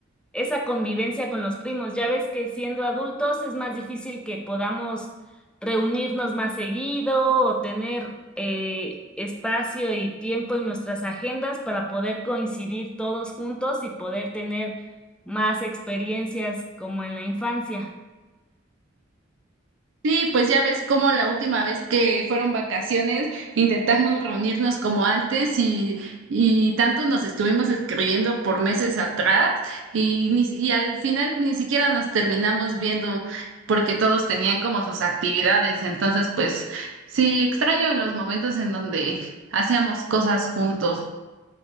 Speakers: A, in the centre; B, on the right.
A: esa convivencia con los primos. Ya ves que siendo adultos es más difícil que podamos reunirnos más seguido o tener eh, espacio y tiempo en nuestras agendas para poder coincidir todos juntos y poder tener más experiencias como en la infancia.
B: Sí, pues ya ves cómo la última vez que fueron vacaciones intentamos reunirnos como antes y, y tanto nos estuvimos escribiendo por meses atrás y, ni, si- y al final ni siquiera nos terminamos viendo porque todos tenían como sus actividades. Entonces, pues sí, extraño los momentos en donde hacíamos cosas juntos.